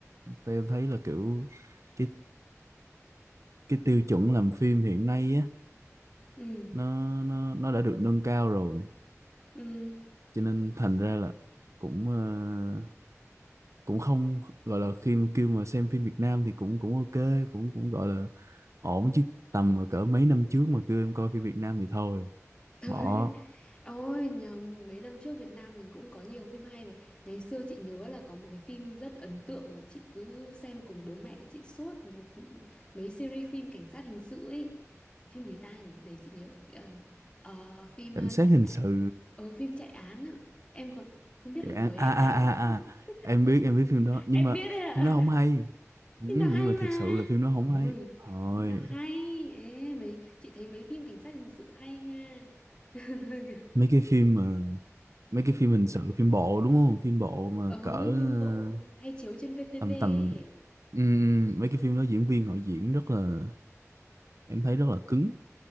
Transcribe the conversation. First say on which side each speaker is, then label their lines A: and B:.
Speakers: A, on the right (about 70°); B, on the left (about 20°).
A: theo em thấy là kiểu cái cái tiêu chuẩn làm phim hiện nay á
B: ừ
A: nó nó nó đã được nâng cao rồi
B: ừ
A: cho nên thành ra là cũng ờ, cũng không gọi là khi kêu mà xem phim Việt Nam thì cũng cũng ok cũng cũng gọi là ổn chứ tầm mà cỡ mấy năm trước mà kêu em coi phim Việt Nam thì thôi
B: Thôi,
A: bỏ
B: <laughs> ôi nhầm mấy năm trước Việt Nam mình cũng có nhiều phim hay mà ngày xưa chị nhớ là có một cái phim rất ấn tượng mà chị cứ xem cùng bố mẹ chị suốt thì cũng- mấy series phim cảnh sát hình sự ấy phim gì ta nhỉ để chị nhớ lại ờ, ờ, phim ờ,
A: cảnh sát
B: chạy
A: hình sự
B: ừ phim chạy án á em còn không biết
A: dạ
B: là thời em
A: à à
B: đã biết
A: à à
B: <laughs>
A: em biết em biết phim đó nhưng
B: em
A: mà
B: biết đấy ạ
A: phim đó không hay ừ,
B: phim đó hay
A: nhưng mà
B: mà
A: thiệt sự là phim đó không
B: ôi
A: hay thôi
B: phim đó hay Ê, mấy chị thấy mấy phim cảnh sát hình sự hay nha <laughs>
A: mấy cái phim mà mấy cái phim hình sự phim bộ đúng không phim bộ mà
B: Ừ,
A: cỡ ờ,
B: phim bộ hay chiếu trên VTV
A: tầm tầm
B: ấy.
A: ừ, ừ, mấy cái phim đó diễn viên họ diễn rất là em thấy rất là cứng